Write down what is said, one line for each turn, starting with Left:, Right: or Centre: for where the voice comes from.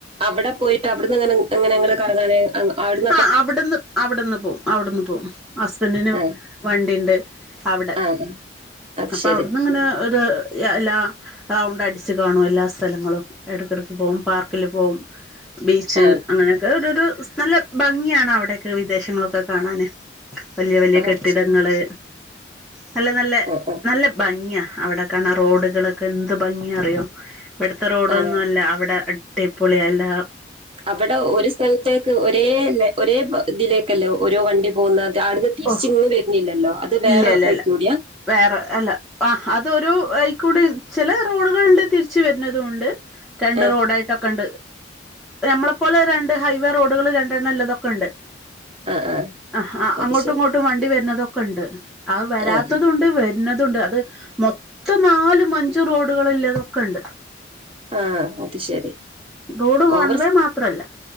Right: അവ്ടെ പോയിട്ട് അബ്ട്ന്ന്ങ്ങനെ എങ്ങനെങ്ങള് കറങ്ങാന് അങ്ങ് ആട്
Centre: ആഹ് അവ്ട്ന്ന് അവ്ട്ന്ന് പോം അവ്ട്ന്ന് പോവും ഹസ്ബന്റിന്
Right: ആ
Centre: വണ്ടിണ്ട് അവ്ടെ
Right: ആ ആ, അത്
Centre: അപ്പൊ
Right: ശരി
Centre: അവ്ട്ന്ന് ഇങ്ങനെ ഒര് യാ ല്ലാ റൗണ്ട് അടിച്ച് കാണും എല്ലാ സ്ഥലങ്ങളും ഇടക്കേടക്ക് പോം പാർക്കില് പോം ബീച്ച്
Right: ആ
Centre: അങ്ങനൊക്കെ ഒരോര് സ് നല്ല ഭംഗിയാണ് അവ്ടോക്കെ വിദേശങ്ങളൊക്കെ കാണന് വല്യ വല്യ
Right: ആഹ്
Centre: കെട്ടിടങ്ങള് നല്ല നല്ലേ
Right: ഓഓ
Centre: നല്ല ഭംഗിയാ അവിടെക്കാണ റോഡ്കളൊക്കെ എന്ത് ഭംഗിയ അറിയോ ഇബട്ത്തെ റോഡൊന്നും
Right: ആണോ
Centre: അല്ല അവടെ അടിപ്പൊളിയാ അല്ല
Right: അവടെ ഒര് സ്ഥലത്തേക്ക് ഒരേല്ലേ ഒരേ ഇതിലേക്കല്ലേ ഓരോ വണ്ടി പോക്ന്നത് ആട്ന്ന് തിര്ച്ച്
Centre: ഓ
Right: ഇങ്ങോട് വര്ന്നില്ലല്ലോ അത് ബേറെ
Centre: ഇല്ല ഇല്ല
Right: വയ്ക്കൂടിയാ
Centre: വേറെ അല്ല ആ അതൊരൂ അയ്ക്കൂടിം ചേല റോഡ്കള്ണ്ട് തിരിച്ച് വര്ന്നതും ഉണ്ട്. രണ്ട്
Right: ആഹ്
Centre: റോഡായിട്ടൊക്കെ ഇണ്ട് നമ്മളെപ്പോലെ രണ്ട് ഹൈവേ റോഡ്കള് രണ്ടെണ്ണം ല്ലതൊക്കെ ഇണ്ട്
Right: ആഹ് ആഹ്
Centre: അഹ് ആ
Right: അത്
Centre: അങ്ങോട്ടും
Right: ശരി
Centre: ഇങ്ങോട്ടും വണ്ടി വര്ന്നതൊക്കെ ഉണ്ട് അഹ് വരാത്തത്ണ്ട്
Right: ആഹ്
Centre: വര് ണതുണ്ട് അത് മൊത്തം നാലും മഞ്ചും റോഡ്കള്ല്ലതൊക്കെ ഇണ്ട്
Right: ആ അത് ശരി
Centre: റോഡ് വൺ
Right: ഓവറ്
Centre: വേ മാത്രല്ല